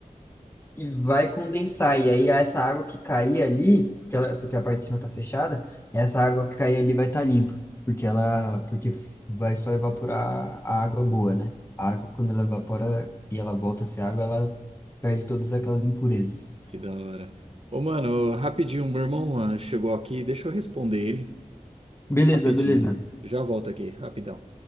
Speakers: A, on the left (about 20°); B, on the right (about 45°).
A: e vai condensar. E aí essa água que cair ali, porque, ela- porque a parte de cima tá fechada, essa água que cair ali vai estar limpa, porque ela, porque f- vai só evaporar a água boa, né? A água, quando ela evapora e ela volta a ser água, ela perde todas aquelas impurezas.
B: que da hora. Ô, mano, rapidinho, meu irmão ah, chegou aqui, deixa eu responder ele.
A: Beleza,
B: Rapidinho.
A: beleza.
B: Já volto aqui, rapidão.